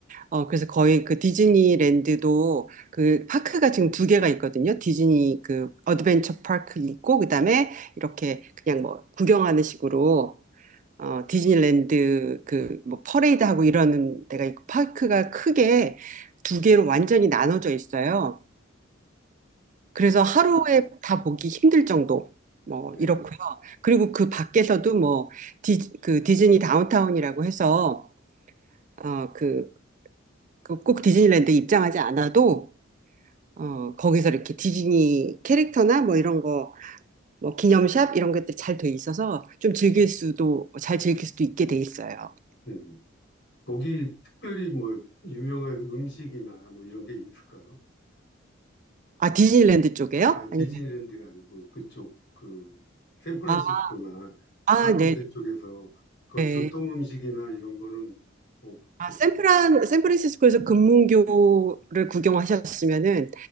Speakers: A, on the right; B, on the left.
A: 어, 그래서 거의 그 디즈니랜드도 그 파크가 지금 두 개가 있거든요. 디즈니 그 어드벤처 파크 있고, 그 다음에 이렇게 그냥 뭐 구경하는 식으로, 어, 디즈니랜드 그 뭐 퍼레이드 하고 이러는 데가 있고, 파크가 크게 두 개로 완전히 나눠져 있어요. 그래서 하루에 다 보기 힘들 정도. 뭐,
B: 네.
A: 이렇고요. 그리고 그 밖에서도 뭐, 디, 그 디즈니 다운타운이라고 해서, 어, 그, 그 꼭 디즈니랜드에 입장하지 않아도 어, 거기서 이렇게 디즈니 캐릭터나 뭐 이런 거, 뭐 기념샵 이런 것들이 잘 돼 있어서 좀 즐길 수도, 잘 즐길 수도 있게 돼 있어요.
B: 음. 음. 거기 특별히 뭐 유명한 음식이나 뭐 이런 게 있을까요?
A: 아, 디즈니랜드 쪽에요?
B: 아,
A: 아니면,
B: 디즈니랜드가 아니고 그쪽 그 샌프란시스코나
A: 아, 아,
B: 산호세
A: 네,
B: 쪽에서 그
A: 네.
B: 전통 음식이나 이런 거는 없죠.
A: 아, 샌프란, 샌프란시스코에서 금문교를 구경하셨으면은,